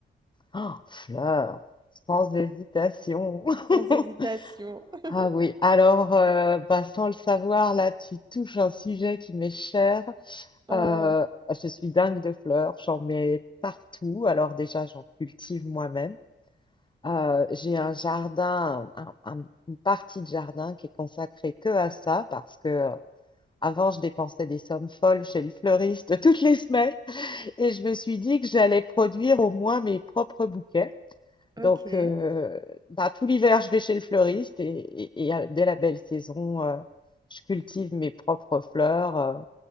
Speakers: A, on the left; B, on the right.
A: Oh, Fleur, sans hésitation. <laughs>
B: Sans hésitation. <laughs>
A: Ah oui, alors euh, bah, sans le savoir, là tu touches un sujet qui m'est cher.
B: Oh,
A: Euh, je suis dingue de fleurs, j'en mets partout. Alors déjà, j'en cultive moi-même. Euh, j'ai un jardin, un- un- une partie de jardin qui est consacrée que à ça parce que euh, avant, je dépensais des sommes folles chez le fleuriste <laughs> toutes les semaines et je me suis dit que j'allais produire au moins mes propres bouquets.
B: ok,
A: Donc, euh, bah, tout l'hiver, je vais chez le fleuriste et, et- et, euh, dès la belle saison, euh, je cultive mes propres fleurs, euh,